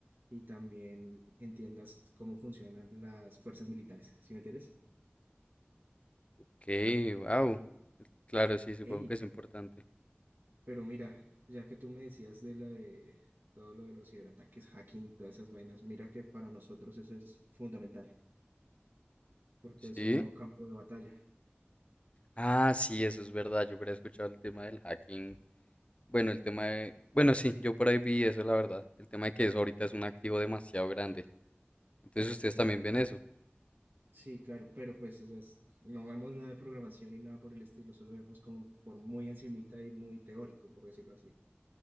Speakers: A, on the right; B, on the left.
A: y también entiendas cómo funcionan las fuerzas militares, ¿sí me entiendes?
B: Okay, wow. Claro, sí, supongo
A: ¡Ey!
B: que es importante.
A: Pero mira, ya que tú me decías de lo de todo lo de los ciberataques, hacking y todas esas vainas, mira que para nosotros eso es fundamental, porque es
B: Sí.
A: un nuevo campo de batalla.
B: Ah, sí, eso es verdad. Yo hubiera escuchado el tema del hacking. Bueno, el tema de... Bueno, sí, yo por ahí vi eso, la verdad. El tema de que eso ahorita es un activo demasiado grande. Entonces ustedes también ven eso.
A: Sí, claro, pero pues o sea, es- no vemos nada de programación y nada por el estilo, solo vemos como por muy encimita y muy teórico, por decirlo así.